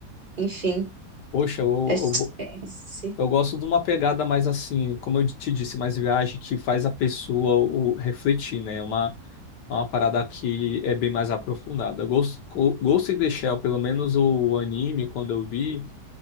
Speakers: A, on the right (about 35°); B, on the left (about 85°).
A: enfim,
B: Poxa, eu,
A: acho que
B: eu,
A: é esse.
B: eu gosto de uma pegada mais assim, como eu te disse, mais viagem que faz a pessoa o, refletir, né? É Uma, é uma parada que é bem mais aprofundada. Ghost, Ghost in the Shell, pelo menos o anime, quando eu vi